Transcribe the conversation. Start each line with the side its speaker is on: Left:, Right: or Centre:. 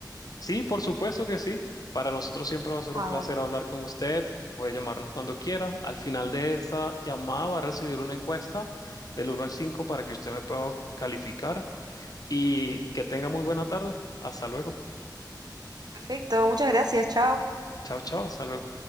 Left: Sí, por supuesto que sí. Para nosotros siempre va a ser
Right: Ah,
Left: un placer
Right: bueno.
Left: hablar con usted. Puede llamarnos cuando quiera. Al final de esta llamada va a recibir una encuesta del uno al 5 para que usted me pueda calificar y que tenga muy buena tarde. Hasta luego.
Right: Perfecto, muchas gracias, chao.
Left: Chao, chao. Hasta luego.